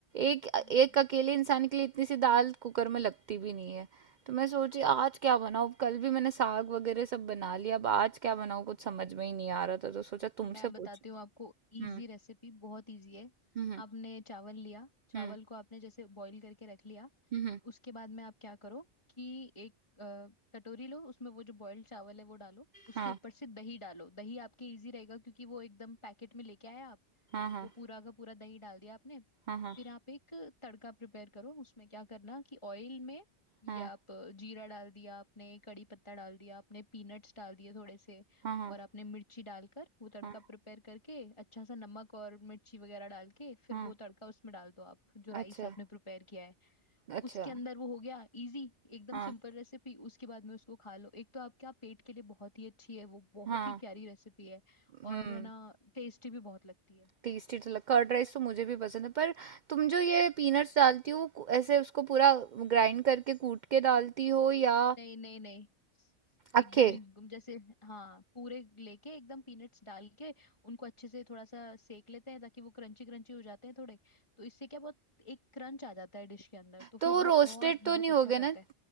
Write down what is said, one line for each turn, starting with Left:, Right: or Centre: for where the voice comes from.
Right: एक
Left: हम्म
Right: एक अकेले इंसान के लिए इतनी सी दाल कुकर में लगती भी नहीं है तो मैं सोची आज क्या बनाऊँ कल भी मैंने साग वगैरह सब बना लिया अब आज क्या बनाऊँ कुछ समझ में ही नहीं आ रहा था तो सोचा तुमसे
Left: मैं
Right: पूछ
Left: बताती हूँ आपको
Right: हम्म
Left: इजी रेसिपी बहुत इजी है
Right: हम्म
Left: आपने चावल लिया चावल
Right: हम्म
Left: को आपने जैसे बॉईल करके रख लिया
Right: हम्म हम्म,
Left: उसके बाद में आप क्या करो कि एक अ, कटोरी लो उसमें वो जो बॉइल्ड चावल है वो डालो उसके
Right: हाँ
Left: ऊपर से दही डालो दही आपके इजी रहेगा क्योंकि वो एकदम पैकेट में लेके आए आप
Right: हाँ हाँ
Left: वो पूरा का पूरा दही डाल दिया आपने
Right: हाँ हाँ
Left: फिर आप एक तड़का प्रिपेयर करो उसमें क्या करना कि ऑयल में ये
Right: हाँ
Left: आप जीरा डाल दिया आपने कड़ी पत्ता डाल दिया आपने पीनट्स डाल दिए थोड़े से
Right: हाँ हाँ हाँ
Left: और आपने मिर्ची डालकर वो तड़का
Right: हाँ,
Left: प्रिपेयर करके अच्छा सा नमक और मिर्ची वगैरह डाल के फिर
Right: हाँ,
Left: वो तड़का उसमें डाल दो आप जो राइस
Right: अच्छा
Left: आपने प्रिपेयर किया है
Right: अच्छा
Left: उसके अंदर वो हो गया इजी एकदम
Right: हाँ
Left: सिंपल रेसिपी उसके बाद में उसको खा लो एक तो आपका पेट के लिए बहुत ही अच्छी है वो बहुत
Right: हाँ
Left: ही प्यारी रेसिपी है
Right: हम्म
Left: और ना टेस्टी भी बहुत लगती है
Right: टेस्टी तो लग कर्ड राइस तो मुझे भी पसंद है पर तुम जो ये पीनट्स डालती हो कु- ऐसे उसको पूरा ग्राइंड करके कूट के डालती हो या
Left: नहीं नहीं नहीं
Right: अखे
Left: एकदम ही गुम- जैसे हाँ पूरे लेके एकदम पीनट्स डाल के उनको अच्छे से थोड़ा सा सेक लेते हैं ताकि वो क्रंची क्रंची हो जाते हैं थोड़े तो इससे क्या बहुत एक क्रंच आ जाता है डिश के अंदर तो
Right: तो
Left: फिर
Right: वो
Left: वो
Right: रोस्टेड
Left: और
Right: तो
Left: बहुत
Right: नहीं
Left: अच्छा
Right: होगे
Left: करता
Right: ना
Left: है